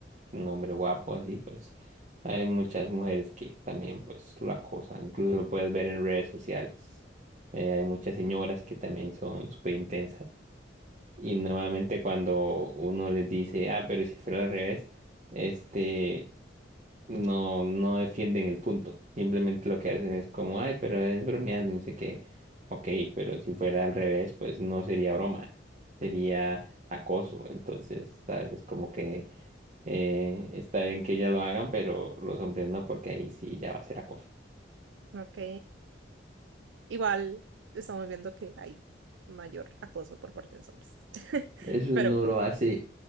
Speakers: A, on the right; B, on the right.
A: un hombre guapo así, pues hay muchas mujeres que también pues lo acosan, incluso lo puedes ver en redes sociales. Eh, hay muchas señoras que también son súper intensas y normalmente cuando uno les dice, ah, pero si fuera al revés, este, no, no defienden el punto, simplemente lo que hacen es como, ay, pero es bromeando y no sé qué, ok, pero si fuera al revés, pues no sería broma, sería acoso, entonces, ¿sabes? Es como que eh, está bien que ellas lo hagan, pero los hombres no, porque ahí sí ya va a ser acoso.
B: Ok. Igual estamos viendo que hay mayor acoso por parte de los hombres. <laughs>
A: Eso
B: Pero,
A: no lo hace